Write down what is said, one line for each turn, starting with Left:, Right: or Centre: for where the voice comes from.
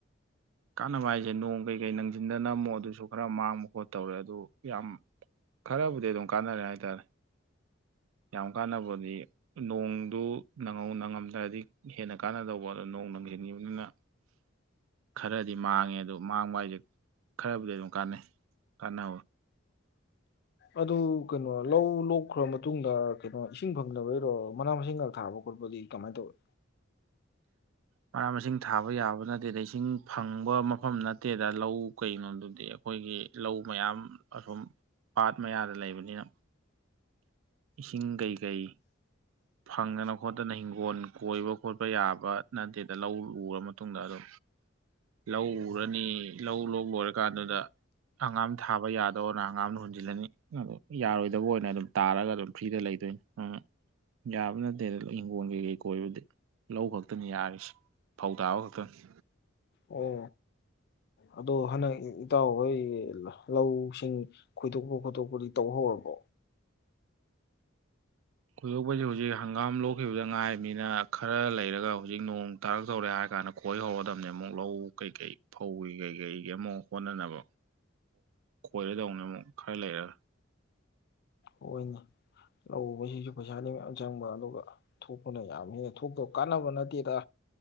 Right: ꯀꯥꯟꯅꯕ ꯍꯥꯏꯁꯦ ꯅꯣꯡ ꯀꯩ ꯀꯩ ꯅꯪꯁꯤꯟꯗꯅ ꯃꯨꯛ ꯑꯗꯨꯁꯨ ꯈꯔ ꯃꯥꯡꯕ ꯈꯣꯠ ꯇꯧꯔꯦ ꯑꯗꯣ ꯌꯥꯝ ꯈꯔꯕꯨꯗꯤ ꯗꯨꯝ ꯀꯥꯟꯅꯔꯦ ꯍꯥꯏ ꯇꯥꯔꯦ ꯌꯥꯝ ꯀꯥꯟꯅꯕꯗꯤ ꯅꯣꯡꯗꯣ ꯅꯪꯍꯧ ꯅꯪꯉꯝꯗꯗꯤ ꯍꯦꯟꯅ ꯀꯥꯟꯅꯗꯧꯕ ꯑꯗꯣ ꯅꯣꯡ ꯅꯪ ꯁꯤꯟꯈꯤꯕꯅꯤꯅ ꯈꯔꯗꯤ ꯃꯥꯡꯑꯦ ꯑꯗꯣ ꯃꯥꯡꯕ ꯍꯥꯏꯁꯦ ꯈꯔ ꯕꯨꯗꯤ ꯑꯗꯨꯝ ꯀꯥꯟꯅꯩ ꯀꯥꯟꯅ
Left: ꯑꯗꯨ ꯀꯩꯅꯣ ꯂꯧ ꯂꯣꯛꯈ꯭ꯔ ꯃꯇꯨꯡꯗ ꯀꯩꯅꯣ ꯏꯁꯤꯡ ꯐꯪꯗꯕꯩꯔꯣ ꯃꯅꯥ ꯃꯁꯤꯡꯀ ꯊꯥꯕ ꯈꯣꯠꯄꯗꯤ ꯀꯃꯥꯏ ꯇꯧꯏ
Right: ꯃꯅꯥ ꯃꯁꯤꯡ ꯊꯥꯕ ꯌꯥꯕ ꯅꯥꯠꯇꯦꯗ ꯏꯁꯤꯡ ꯐꯪꯕ ꯃꯐꯝ ꯅꯠꯇꯦꯗ ꯂꯧ ꯀꯩꯅꯣꯗꯨꯗꯤ ꯈꯣꯏꯒꯤ ꯂꯧ ꯃꯌꯥꯝ ꯑꯁꯣꯝ ꯄꯥꯠ ꯃꯌꯥꯗ ꯂꯩꯕꯅꯤꯅ ꯏꯁꯤꯡ ꯀꯩ ꯀꯩ ꯐꯪꯗꯅ ꯈꯣꯠꯇꯅ ꯍꯤꯡꯒꯣꯟ ꯀꯣꯏꯕ ꯈꯣꯠꯄ ꯌꯥꯕ ꯅꯠꯇꯦꯗ ꯂꯧ ꯎꯔ ꯃꯇꯨꯡꯗ ꯑꯗꯣ ꯂꯧ ꯎꯔꯅꯤ ꯂꯧ ꯂꯣꯛ ꯂꯣꯏꯔꯀꯥꯟꯗꯨꯗ ꯍꯪꯒꯥꯝ ꯊꯥꯕ ꯌꯥꯗꯧꯒꯅ ꯍꯪꯒꯥꯝ ꯍꯨꯟꯖꯤꯜꯂꯅꯤ ꯌꯥꯔꯣꯏꯗꯧꯕ ꯑꯣꯏꯔꯅ ꯑꯗꯨꯝ ꯇꯥꯔ ꯑꯗꯨꯝ ꯐ꯭ꯔꯤꯗ ꯂꯩꯗꯣꯏꯅꯦ ꯎꯝ ꯌꯥꯕ ꯅꯠꯇꯦꯗ ꯍꯤꯡꯒꯣꯟ ꯀꯩ ꯀꯩ ꯀꯣꯏꯕꯗꯤ ꯂꯧ ꯈꯛꯇꯅꯤ ꯌꯥꯔꯤꯁꯦ ꯐꯧ ꯇꯥꯕ ꯈꯛꯇꯪꯅꯤ
Left: ꯑꯣ ꯑꯗꯣ ꯍꯟꯗꯛ ꯏꯇꯥꯎ ꯍꯣꯏ ꯂꯧ ꯁꯤꯡ ꯈꯣꯏꯗꯣꯛꯄ ꯈꯣꯠꯇꯣꯛꯄꯗꯤ ꯇꯧ ꯍꯧꯔꯕꯣ
Right: ꯀꯨꯏꯍꯧꯕ ꯍꯥꯏꯖꯦ ꯍꯧꯖꯤꯛ ꯍꯪꯒꯥꯝ ꯂꯣꯛꯈꯤꯕꯗ ꯉꯥꯏꯔꯤꯕꯅꯤꯅ ꯈꯔ ꯂꯩꯔꯒ ꯍꯧꯖꯤꯛ ꯅꯣꯡ ꯇꯥꯔꯛ ꯇꯧꯔꯦ ꯍꯥꯏ ꯀꯥꯟꯗ ꯈꯣꯏ ꯍꯧꯔꯗꯝꯅꯦ ꯑꯃꯨꯛ ꯂꯧ ꯀꯩ ꯀꯩ ꯐꯧꯒꯤ ꯀꯩ ꯀꯩꯒꯤ ꯑꯃꯨꯛ ꯑꯣꯟꯅꯅꯕ ꯈꯣꯏꯔꯗꯧꯅꯦ ꯑꯃꯨꯛ ꯈꯔ ꯂꯩꯔꯒ
Left: ꯍꯣꯏꯅꯦ ꯂꯧ ꯎ ꯕ ꯁꯤꯁꯨ ꯄꯩꯁꯥ ꯗꯤ ꯃꯌꯥꯝ ꯆꯪꯕ ꯑꯗꯨꯒ ꯊꯣꯛ ꯄ ꯅ ꯌꯥꯝ ꯍꯦꯟꯅ ꯊꯣꯛꯇꯕ ꯀꯥꯟꯅꯕ ꯅꯠꯇꯦꯗ